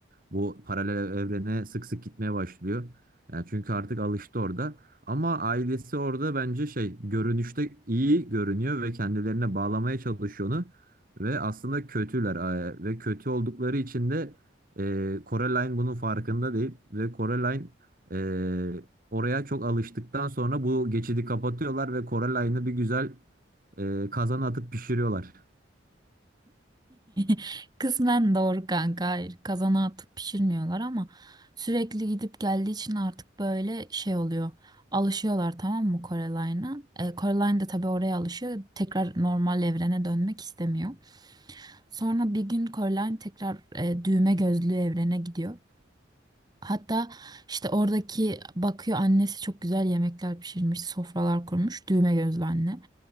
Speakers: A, on the right; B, on the right.
A: bu paralel evrene sık sık gitmeye başlıyor. Yani çünkü artık alıştı orada. Ama ailesi orada bence şey görünüşte iyi görünüyor ve kendilerine bağlamaya çalışıyor onu. Ve aslında kötüler e, ve kötü oldukları için de e, Coraline bunun farkında değil. Ve Coraline e, oraya çok alıştıktan sonra bu geçidi kapatıyorlar ve Coraline'ı bir güzel e, kazana atıp pişiriyorlar.
B: <laughs> Kısmen doğru kanka. Hayır, kazana atıp pişirmiyorlar ama sürekli gidip geldiği için artık böyle şey oluyor. Alışıyorlar tamam mı Coreline'a? E, Coraline de tabii oraya alışıyor. Tekrar normal evrene dönmek istemiyor. Sonra bir gün Coraline tekrar e, düğme gözlü evrene gidiyor. Hatta işte oradaki bakıyor annesi çok güzel yemekler pişirmiş, sofralar kurmuş, düğme gözlü anne.